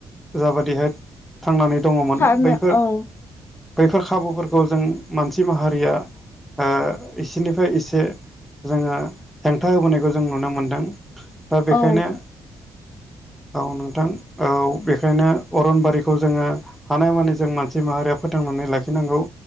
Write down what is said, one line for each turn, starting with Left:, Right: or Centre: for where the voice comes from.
Centre: जा बादिहाय थांनानै दङमोन
Left: थानो
Centre: बैफोर
Left: औ
Centre: बैफोर खाबु फोरखौ जों मानसि माहारिया ओ एसेनिफ्राय एसे जोङो हेंथा होबोनायखौ जों नुनो मोनदों दा
Left: औ
Centre: बेखायनो औ नोंथां औ बेखायनो अरनबारिखौ जोङो हानाय मानि जों मानसि माहारिया फोथांनानै लाखिनांगौ।